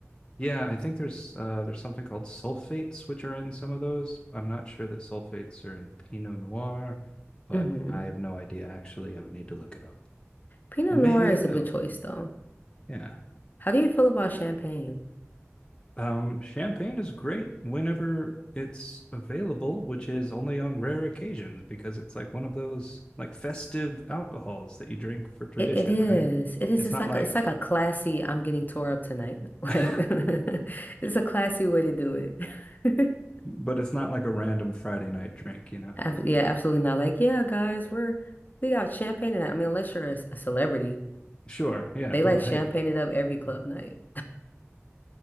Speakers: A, on the left; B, on the left.
A: yeah. I think there's uh, there's something called sulfates, which are in some of those. I'm not sure that sulfates are in Pinot Noir, but
B: hmm
A: I have no idea. Actually, I would need to look it up,
B: Pinot
A: and
B: Noir
A: maybe
B: is
A: I will.
B: a good choice though.
A: Yeah.
B: How do you feel about champagne?
A: Um, champagne is great whenever it's available, which is only on rare occasions because it's like one of those like festive alcohols that you drink for tradition,
B: It it is.
A: right?
B: It is.
A: It's
B: It's
A: not
B: like
A: like,
B: a, it's like a classy. I'm getting tore up tonight. <laughs> Like
A: <laughs>
B: <laughs> it's a classy way to do it. <laughs>
A: but it's not like a random Friday night drink, you know?
B: Ab- Yeah, absolutely not. Like, yeah, guys, we're we got champagne tonight. I mean, unless you're a, a celebrity,
A: Sure, yeah.
B: they
A: Well,
B: like champagne
A: hey,
B: it up every club
A: yeah.
B: night.